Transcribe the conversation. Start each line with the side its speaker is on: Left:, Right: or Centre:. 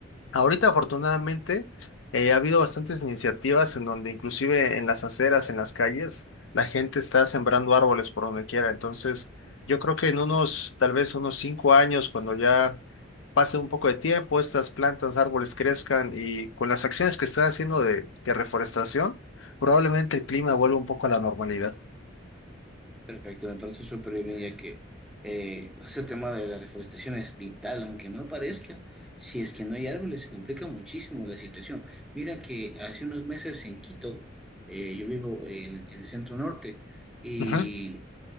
Left: Ahorita, afortunadamente, eh, ha habido bastantes iniciativas en donde inclusive en las aceras, en las calles, la gente está sembrando árboles por donde quiera. Entonces, yo creo que en unos, tal vez unos cinco años, cuando ya pase un poco de tiempo, estas plantas, árboles crezcan y con las acciones que están haciendo de, de reforestación, probablemente el clima vuelva un poco a la normalidad.
Centre: Perfecto, me parece súper bien, ya que eh, ese tema de la reforestación es vital, aunque no parezca. Si es que no hay árboles, se complica muchísimo la situación. Mira que hace unos meses en Quito, eh, yo vivo en, en el centro norte, y
Left: Ujú.